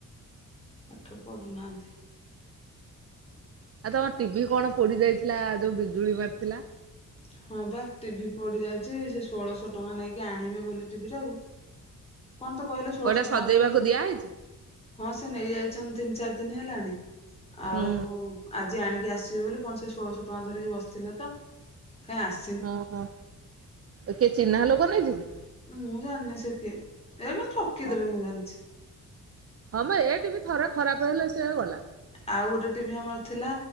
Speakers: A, on the left (about 20°); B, on the right (about 45°).
A: ପାଠ ପଢୁନାହାନ୍ତି।
B: ଆଉ ତମ ଟିଭି କଣ ପୋଡି ଯାଇଥିଲା ଯୋଉ ବିଜୁଳି ମାରିଥିଲା
A: ହଁ ବା ଟିଭି ପୋଡି ଯାଇଛି ସେ ଷୋଳଶହ ଟଙ୍କା ନେଇକି ଆଣିବେ ବୋଲି ଟିଭି ଟାକୁ କଣ ତୁ କହିଲୁ ଷୋହଳଶହ
B: ଓ ଏଟା
A: ଟଙ୍କା
B: ସଜେଇବାକୁ
A: ନେଲେ ହେ
B: ଦିଆହେଇଛି?
A: ହଁ ସେ ନେଇ ଯାଇଚନ୍ତି ତିନି ଚାରି ଦିନ ହେଲାଣି
B: ହୁଁ
A: ଆଉ ଆଜି ଆଣିକି ଆସିବେ ବୋଲି କଁ ସେ ଷୋଳଶହ ଟଙ୍କା ଧରିକି ବସିଥିଲେ ତ। କାଁ ଆସ
B: ଓ ହୋ କିଏ ଚିହ୍ନା ଲୋକ ନେଇଯି କି?
A: ମୁଁ ଜାଣିନି ସେ କିଏ, ଏ କ ଠକିଦବେ
B: ଓ
A: ମୁଁ ଜାଞ୍ଚି।
B: ହଁ ମ ଏ ଟିଭି ଥରେ ଖରାପ ହେଲେ ସେ ଗଲା।
A: ଆଉ ଗୋଟେ ଟିଭି ଆମର ଥିଲା